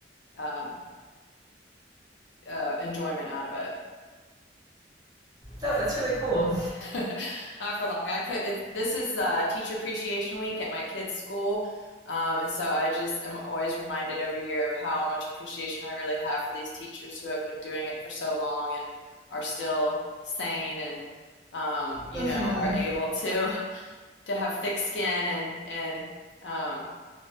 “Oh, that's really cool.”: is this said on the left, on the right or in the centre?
Right